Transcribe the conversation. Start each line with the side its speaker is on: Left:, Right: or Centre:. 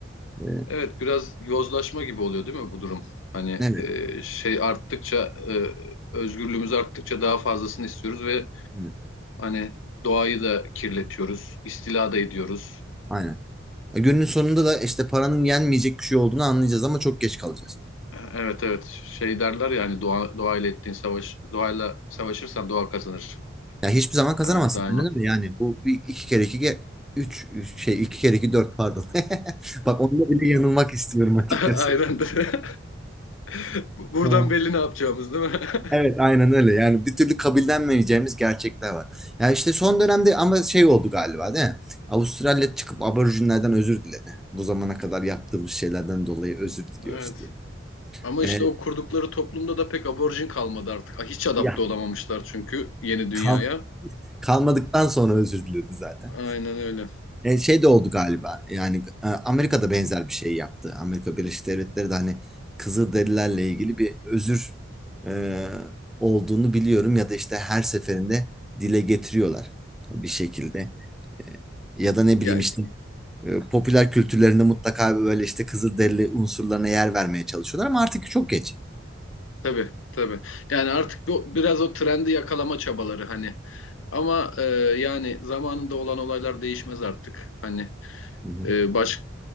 Centre: E,
Left: Evet biraz yozlaşma gibi oluyor değil mi bu durum? Hani
Centre: evet.
Left: e, şey arttıkça e, özgürlüğümüz arttıkça daha fazlasını istiyoruz ve
Centre: Evet.
Left: hani doğayı da kirletiyoruz, istila da ediyoruz.
Centre: Aynen. Günün sonunda da işte paranın yenmeyecek bir şey olduğunu anlayacağız ama çok geç kalacağız.
Left: Evet evet şey derler ya hani doğa, doğayla ettiğin savaş, doğayla savaşırsan doğa kazanır.
Centre: Yani hiçbir zaman kazanamazsın.
Left: Hani daima.
Centre: Anladın mı? Yani bu bir, iki kere iki ge- üç üç- şey iki kere iki dört pardon. <laughs> Bak onda bile yanılmak istiyorum açıkçası.
Left: <laughs> Aynen. <laughs> Buradan
Centre: Ha.
Left: belli ne yapacağımız değil mi? <laughs>
Centre: Evet aynen öyle. Yani bir türlü kabullenmeyeceğimiz gerçekler var. Ya işte son dönemde ama şey oldu galiba değil mi? Avustralya çıkıp aborjinlerden özür diledi. Bu zamana kadar yaptığımız şeylerden dolayı özür diliyoruz
Left: Evet.
Centre: diye.
Left: Ama
Centre: Ee,
Left: işte o kurdukları toplumda da pek aborjin kalmadı artık. Hiç adapte
Centre: ya
Left: olamamışlar çünkü yeni dünyaya.
Centre: kal kalmadıktan sonra özür diledi zaten.
Left: Aynen öyle.
Centre: E, şey de oldu galiba. Yani e, Amerika'da benzer bir şey yaptı. Amerika Birleşik Devletleri de hani Kızılderililerle ilgili bir özür e, olduğunu biliyorum ya da işte her seferinde dile getiriyorlar bir şekilde. E, ya da ne
Left: Ya
Centre: bileyim işte e, popüler kültürlerinde mutlaka böyle işte Kızılderili unsurlarına yer vermeye çalışıyorlar ama artık çok geç.
Left: Tabii tabii. Yani artık bu biraz o trendi yakalama çabaları hani. Ama e, yani zamanında olan olaylar değişmez artık. Hani
Centre: Hı hı.
Left: e, baş,